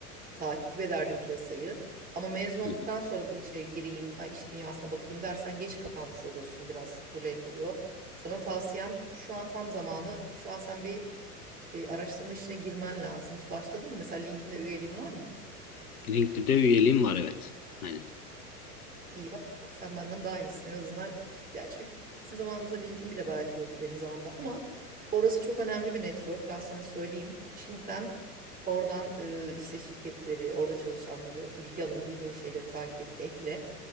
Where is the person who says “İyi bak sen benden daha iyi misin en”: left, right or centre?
Right